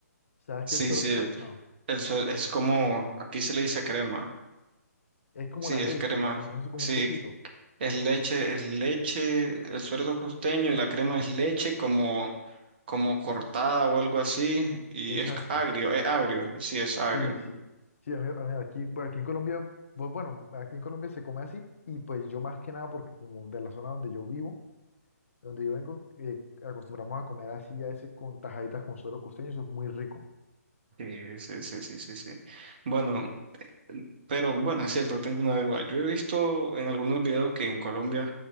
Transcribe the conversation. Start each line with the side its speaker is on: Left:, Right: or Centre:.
Left: ¿Sabes
Right: sí,
Left: qué es el suero
Right: sí.
Left: costeño?
Right: sí.
Left: No.
Right: El suel- es como, aquí se le dice crema.
Left: Es como
Right: Sí,
Left: la
Right: es
Left: leche,
Right: crema.
Left: si mal no sé, como
Right: Sí,
Left: un quesito.
Right: es leche, es leche, el suero costeño y la crema es leche como, como cortada o algo así. Y
Left: Exacto.
Right: es agrio, es agrio, sí, es agrio.
Left: Sí, sí. Sí, a mí- a mí aquí, pues aquí en Colombia, pues bueno, aquí en Colombia se come así y pues yo más que nada porque como de la zona donde yo vivo, donde yo vengo, eh, acostumbramos a comer así a veces con tajaditas con suero costeño, eso es muy rico.
Right: Sí, sí, sí, sí, sí, sí. Bueno, mm, pero bueno, es cierto, tengo una duda. Yo he visto en algunos videos que en Colombia